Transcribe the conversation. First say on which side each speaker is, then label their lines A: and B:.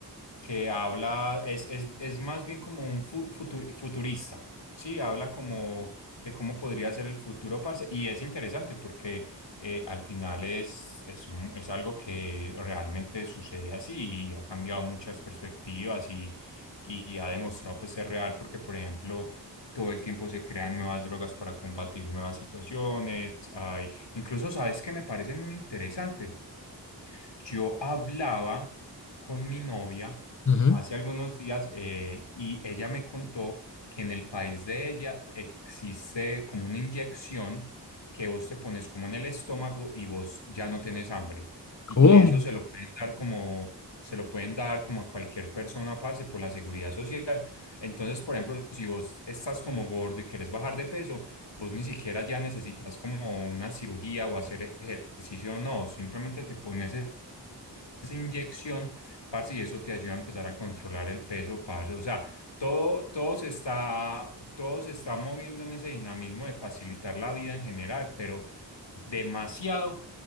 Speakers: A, on the left; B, on the left.
A: que habla, es, es, es más bien como un fu- futu- futurista, sí, habla como de cómo podría ser el futuro, parce, y es interesante porque eh, al final es, es, mu- es algo que realmente sucede así y ha cambiado muchas perspectivas y, y ha demostrado, pues, ser real, porque, por ejemplo, todo el tiempo se crean nuevas drogas para combatir nuevas situaciones. Hay, incluso, ¿sabes que me parece muy interesante? Yo hablaba con mi novia
B: Ujú.
A: hace
B: Sí,
A: algunos días eh, y ella me contó que en el país de ella existe como una inyección que vos te pones como en el estómago y vos ya no tienes hambre
B: ¿Cómo?
A: y que eso se lo pueden dar como se lo pueden dar como a cualquier persona, parce, por la seguridad social. Entonces, por ejemplo, si vos estás como gordo y querés bajar de peso, vos ni siquiera ya necesitas como una cirugía o hacer ejercicio, no, simplemente te pones esa inyección, parce, y eso te ayuda a empezar a controlar el peso, parce. O sea, todo, todo se está, todo se está moviendo en ese dinamismo de facilitar la vida en general, pero demasiado